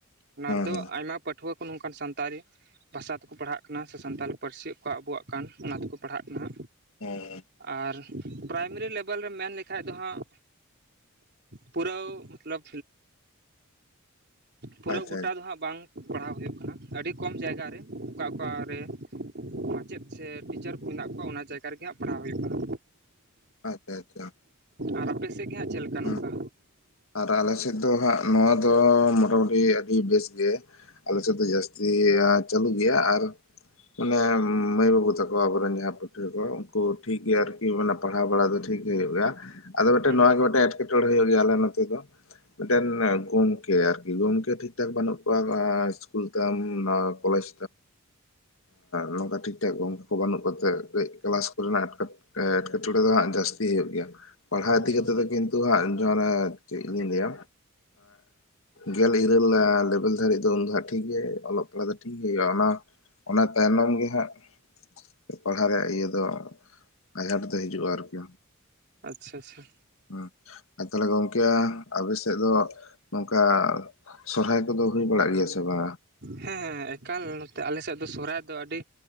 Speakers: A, on the right (about 50°); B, on the left (about 65°).
A: ᱚᱱᱟ
B: ᱦᱮᱸ
A: ᱨᱮᱫᱚ
B: ᱦᱮᱸ
A: ᱟᱭᱢᱟ ᱯᱟᱹᱴᱷᱩᱣᱟᱹ ᱠᱚ ᱱᱚᱝᱠᱟᱱ ᱥᱟᱱᱛᱟᱲᱤ ᱵᱷᱟᱥᱟ ᱛᱮᱠᱚ ᱯᱟᱲᱦᱟᱜ ᱠᱟᱱᱟ ᱥᱮ ᱥᱟᱱᱛᱟᱲᱤ ᱯᱟᱹᱨᱥᱤ ᱚᱠᱚ ᱟᱵᱚᱣ-ᱟᱜ ᱠᱟᱱ ᱚᱱᱟ ᱛᱮᱠᱚ ᱯᱟᱲᱦᱟᱜ ᱠᱟᱱᱟ
B: ᱦᱮᱸ
A: ᱟᱨ ᱯᱨᱟᱭᱢᱟᱨᱤ ᱞᱮᱵᱮᱞ ᱨᱮᱢ ᱢᱮᱱ ᱞᱮᱠᱷᱟᱡ ᱫᱚ ᱦᱟᱸᱜ ᱯᱩᱨᱟᱹ ᱢᱚᱛᱞᱚᱵ ᱯᱩᱨᱟᱹᱣ
B: ᱟᱪᱪᱷᱟ
A: ᱜᱚᱴᱟ ᱫᱚ ᱦᱟᱸᱜ ᱵᱟᱝ ᱯᱟᱲᱦᱟᱣ ᱦᱩᱭᱩᱜ ᱠᱟᱱᱟ ᱟᱹᱰᱤ ᱠᱚᱢ ᱡᱟᱭᱜᱟ ᱨᱮ ᱚᱠᱟ ᱚᱠᱟ ᱨᱮ ᱢᱟᱪᱮᱫ ᱥᱮ ᱴᱤᱪᱟᱨ ᱠᱚ ᱢᱮᱱᱟᱜ ᱠᱚᱣᱟ ᱚᱱᱟ ᱡᱟᱭᱜᱟ ᱨᱮᱜᱮ ᱦᱟᱸᱜ ᱯᱟᱲᱦᱟᱣ ᱦᱩᱭᱩᱜ ᱠᱟᱱᱟ
B: ᱟᱪᱪᱷᱟ ᱟᱪᱪᱷᱟ
A: ᱟᱨ ᱟᱯᱮ ᱥᱮᱫ ᱜᱮ ᱦᱟᱸᱜ ᱪᱮᱫ ᱞᱮᱠᱟ
B: ᱦᱮᱸ
A: ᱱᱚᱝᱠᱟ
B: ᱟᱨ ᱟᱞᱮ ᱥᱮᱫ ᱫᱚ ᱦᱟᱸᱜ ᱱᱚᱣᱟ ᱫᱚ ᱢᱳᱴᱟᱢᱩᱴᱤ ᱟᱹᱰᱤ ᱵᱮᱥ ᱜᱮ ᱟᱞᱮ ᱥᱮᱫ ᱫᱚ ᱡᱟᱹᱥᱛᱤ ᱪᱟᱹᱞᱩᱜ ᱜᱮᱭᱟ ᱟᱨ ᱢᱟᱱᱮ ᱢᱟᱹᱭ ᱵᱟᱹᱵᱩ ᱛᱟᱠᱚ ᱟᱵᱚᱨᱮᱱ ᱡᱟᱦᱟᱸᱭ ᱯᱟᱹᱴᱷᱩᱣᱟᱹ ᱠᱚ ᱩᱱᱠᱩ ᱴᱷᱤᱠ ᱜᱮᱭᱟ ᱟᱨᱠᱤ ᱢᱟᱱᱮ ᱯᱟᱲᱦᱟᱣ ᱵᱟᱲᱟ ᱫᱚ ᱴᱷᱤᱠ ᱦᱩᱭᱩᱜ ᱜᱮᱭᱟ ᱟᱫᱚ ᱢᱤᱫᱴᱮᱱ
A: ᱦᱮᱸ
B: ᱱᱚᱣᱟ ᱜᱮ ᱢᱤᱫᱴᱮᱡ ᱮᱸᱴᱠᱮᱴᱚᱬᱮ ᱦᱩᱭᱩᱜ ᱜᱮᱭᱟ ᱟᱞᱮ ᱱᱚᱛᱮ ᱫᱚ ᱢᱤᱫᱴᱮᱱ ᱜᱚᱢᱠᱮ ᱟᱨᱠᱤ ᱜᱚᱢᱠᱮ ᱴᱷᱤᱠᱴᱷᱟᱠ ᱵᱟᱹᱱᱩᱜ ᱠᱚᱣᱟ ᱤᱥᱠᱩᱞ ᱛᱟᱢ ᱠᱚᱞᱮᱡᱽ ᱱᱚᱝᱠᱟ ᱴᱷᱤᱠᱴᱷᱟᱠ ᱜᱚᱢᱠᱮ ᱠᱚ ᱵᱟᱹᱱᱩᱜ ᱠᱟᱛᱮ ᱠᱟᱹᱡ ᱠᱞᱟᱥ ᱠᱚ ᱨᱮᱱᱟᱜ ᱮᱴᱠᱮᱴᱚ ᱮᱸᱴᱠᱮᱴᱚᱲᱮ ᱫᱚ ᱦᱟᱸᱜ ᱡᱟᱹᱥᱛᱤ ᱦᱩᱭᱩᱜ ᱜᱮᱭᱟ ᱯᱟᱲᱦᱟᱣ
A: ᱟᱪᱪᱷᱟ
B: ᱤᱫᱤ ᱠᱟᱛᱮᱜ
A: ᱟᱪᱪᱷᱟ
B: ᱫᱚ ᱠᱤᱱᱛᱩ ᱦᱟᱸᱜ ᱪᱮᱫ ᱤᱧ ᱞᱟᱹᱭ-ᱟ ᱜᱮᱞ ᱤᱨᱟᱹᱞ ᱞᱮᱵᱮᱞ ᱫᱷᱟᱹᱨᱤᱡ ᱫᱚ ᱩᱱ ᱫᱚ ᱦᱟᱜ ᱴᱷᱤᱠ ᱜᱮ ᱚᱞᱚᱜ ᱯᱟᱲᱦᱟᱜ ᱫᱚ ᱴᱷᱤᱠ ᱜᱮ ᱦᱩᱭᱩᱜᱼᱟ ᱚᱱᱟ ᱚᱱᱟ ᱛᱟᱭᱱᱚᱢ ᱜᱮ ᱦᱟᱸᱜ ᱯᱟᱲᱦᱟᱜ ᱨᱮᱭᱟᱜ ᱤᱭᱟᱹ ᱫᱚ ᱟᱸᱡᱷᱟᱴ ᱫᱚ ᱦᱤᱡᱩᱜᱼᱟ ᱟᱨᱠᱤ
A: ᱟᱪᱪᱷᱟ ᱟᱪᱪᱷᱟ
B: ᱦᱩᱸ ᱟᱨ ᱛᱟᱦᱚᱞᱮ ᱜᱚᱝᱠᱮ ᱟᱯᱮ ᱥᱮᱫ ᱫᱚ ᱱᱚᱝᱠᱟ ᱥᱚᱨᱦᱟᱭ ᱠᱚᱫᱚ ᱦᱩᱭ ᱵᱟᱲᱟᱜ ᱜᱮᱭᱟ ᱥᱮ ᱵᱟᱝᱟ
A: ᱦᱮᱸ ᱦᱮᱸ ᱮᱠᱟᱞ ᱱᱚᱛᱮ ᱟᱞᱮᱥᱮᱫ ᱫᱚ ᱥᱚᱦᱨᱟᱭ ᱫᱚ ᱟᱹᱰᱤ